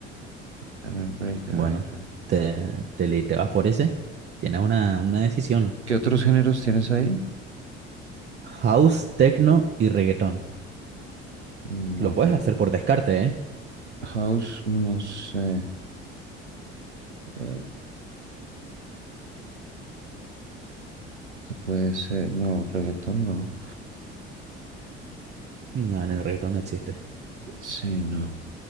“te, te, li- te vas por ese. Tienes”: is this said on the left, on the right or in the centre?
Right